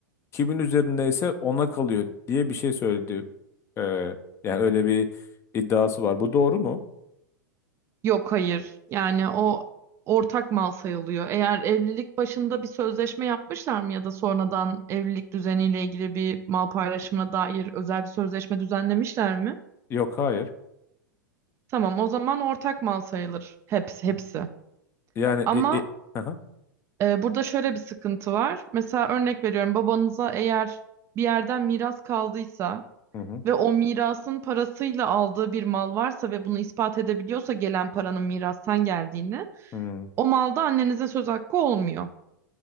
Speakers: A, on the left (about 25°); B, on the right (about 25°).
A: kimin üzerindeyse ona kalıyor diye bir şey söyledi. Ee, yani öyle bir iddiası var. Bu doğru mu?
B: Yok hayır. Yani o ortak mal sayılıyor. Eğer evlilik başında bir sözleşme yapmışlar mı ya da sonradan evlilik düzeniyle ilgili bir mal paylaşımına dair özel bir sözleşme düzenlemişler mi?
A: Yok, hayır.
B: Tamam, o zaman ortak mal sayılır. Hepsi, hepsi.
A: Yani
B: Ama
A: e, e, aha,
B: e, burada şöyle bir sıkıntı var. Mesela örnek veriyorum babanıza eğer bir yerden miras kaldıysa
A: hı hı,
B: ve o mirasın parasıyla aldığı bir mal varsa ve bunu ispat edebiliyorsa gelen paranın mirastan geldiğini,
A: hı,
B: o malda annenize söz hakkı olmuyor.